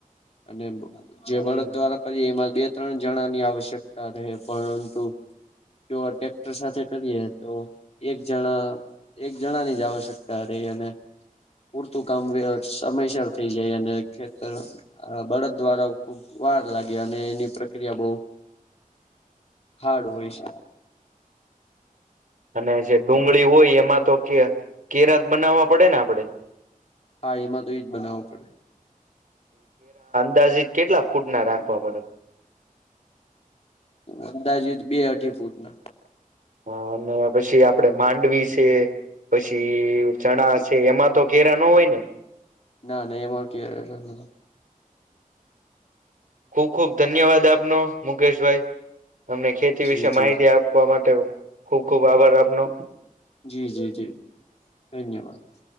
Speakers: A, on the left (about 45°); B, on the right (about 65°).
A: અને. જે
B: હમ
A: બળદ દ્વારા કરીએ એમાં બે. ત્રણ જણા ની આવશ્યકતા રહે પરંતુ જો. સાથે કરીએ તો એક જણા એક જણાની જ આવશ્યકતા રે અને. પૂરતું કામ સમયસર થઈ જાય અને ખેતર બળદ દ્વારા ખુબ. વાર લાગે અને એની પ્રક્રિયા બહુ.
B: <unintelligible>
A: હાર્ડ હોય છે.
B: અને જે ડુંગળી હોય એમાં તો કે કેરાત બનાવવા પડે ને આપડે.
A: હા એમાં તો એ જ બનાવવો પડે.
B: અંદાજે કેટલા ફૂટ ના રાખવા પડે.
A: અંદાજીત બે અઢી ફૂટ ના.
B: હ અને પછી આપડે માંડવી છે, પછી ચણા છે, એમાં. તો કેરા નો હોય ને.
A: ના ના એમાં કેરા ન.
B: ખુબ ખુબ ધન્યવાદ આપનો મુકેશભાઈ અમને ખેતી
A: જી
B: વિશે
A: જી
B: માહિતી આપવા માટે. ખુબ ખુબ આભાર આપનો.
A: જી જી જી ધન્યવાદ.